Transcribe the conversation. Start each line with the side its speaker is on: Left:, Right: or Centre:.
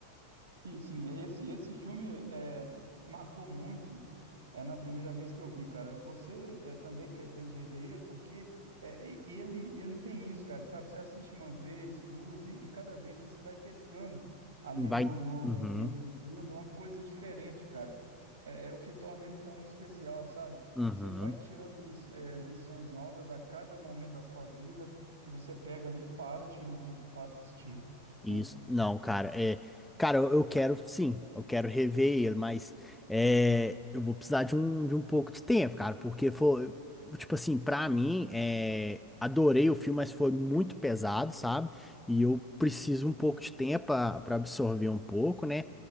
Right: Sim, sim, esse, esse filme é, marcou muito é, na primeira vez que eu vi, cara. Você é, também pretende rever ele, porque é, e- ele, ele tem isso, cara, sabe? Você assiste uma vez, duas, e, e cada vez você vai pescando ali
Centre: Vai,
Right: no, no
Centre: Uhum,
Right: enredo do filme uma coisa diferente, cara. É, é o que torna ele tão especial, sabe?
Centre: uhum.
Right: Você vai tirando li- é, lições novas a cada momento da sua vida que você pega ali e para, tira um tempo para assistir, né?
Centre: Isso, não, cara, é, cara, eu, eu quero, sim, eu quero rever ele, mas é, eu vou precisar de um, de um pouco de tempo, cara, porque foi, tipo assim, pra mim, é, adorei o filme, mas foi muito pesado, sabe? E eu preciso um pouco de tempo pra pra absorver um pouco, né?